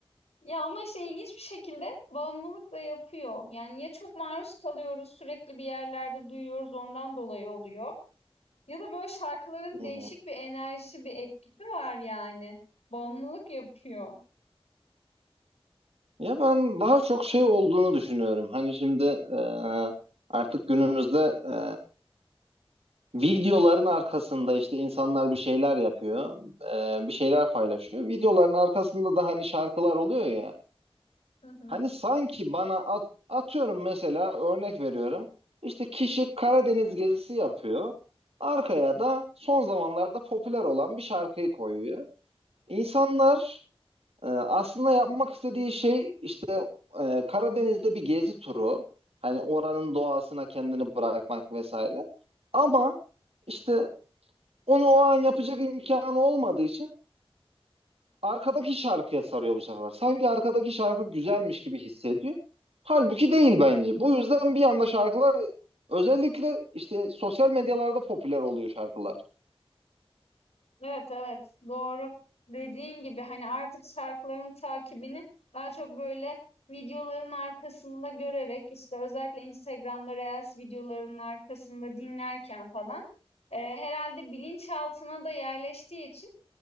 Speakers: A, on the left; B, on the right.
A: Ya ama işte ilginç bir şekilde bağımlılık da yapıyor. Yani ya çok maruz kalıyoruz sürekli bir yerlerde duyuyoruz ondan dolayı oluyor. Ya da böyle şarkıların
B: Hı
A: değişik
B: hı.
A: bir enerjisi, bir etkisi var yani. Bağımlılık yapıyor.
B: Ya ben daha çok şey olduğunu düşünüyorum. Hani şimdi e, artık günümüzde e, videoların arkasında işte insanlar bir şeyler yapıyor, e, bir şeyler paylaşıyor. Videoların arkasında da hani şarkılar oluyor ya.
A: Hı hı.
B: Hani sanki bana at- atıyorum mesela örnek veriyorum. İşte kişi Karadeniz gezisi yapıyor. Arkaya da son zamanlarda popüler olan bir şarkıyı koyuyor. İnsanlar e, aslında yapmak istediği şey işte e, Karadeniz'de bir gezi turu. Hani oranın doğasına kendini bırakmak vesaire. Ama işte onu o an yapacak imkanı olmadığı için arkadaki şarkıya sarıyor bu sefer. Sanki arkadaki şarkı güzelmiş gibi hissediyor. Halbuki değil bence. Bu yüzden bir anda şarkılar özellikle işte sosyal medyalarda popüler oluyor şarkılar.
A: Evet evet doğru. Dediğin gibi hani artık şarkıların takibini daha çok böyle videoların arkasında görerek işte özellikle Instagram'da Reels videolarının arkasında dinlerken falan e, herhalde bilinçaltına da yerleştiği için